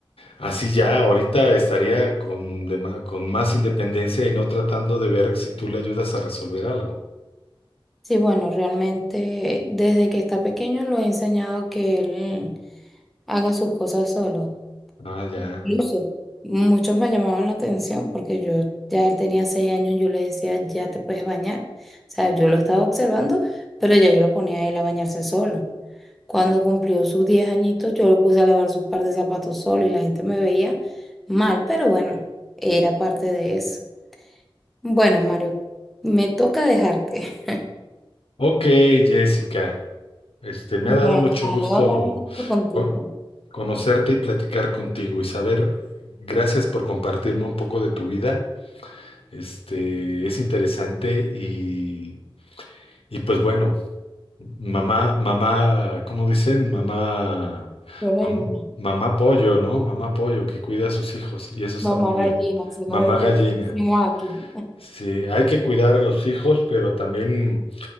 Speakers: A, on the left (about 90°); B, in the centre.
A: así ya ahorita estaría con, dema- con más independencia y no tratando de ver si tú le ayudas a resolver algo.
B: Sí, bueno, realmente desde que está pequeño lo he enseñado que él haga sus cosas solo.
A: Ah, ya.
B: Incluso muchos me llamaban la atención porque yo ya él tenía seis años, yo le decía, ya te puedes bañar. O sea, yo lo estaba observando, pero ya yo lo ponía a él a bañarse solo. Cuando cumplió sus 10 añitos, yo lo puse a lavar sus par de zapatos solo y la gente me veía mal, pero bueno, era parte de eso. Bueno, Mario, me toca dejarte. <laughs>
A: Ok, Jessica. Este, me
B: Me
A: ha dado
B: voy
A: mucho gusto
B: hablar mucho contigo.
A: con- conocerte y platicar contigo, y saber Gracias por compartirme un poco de tu vida Este, es interesante y, y pues bueno, mamá, mamá, ¿cómo dicen? Mamá,
B: Solo
A: mam-
B: hay una.
A: mamá pollo, ¿no? Mamá pollo que cuida a sus hijos y eso está
B: Mamá
A: muy
B: gallina,
A: bien.
B: si lo
A: Mamá
B: de- de-
A: gallina.
B: decimos aquí.
A: Sí, hay que cuidar a los hijos, pero también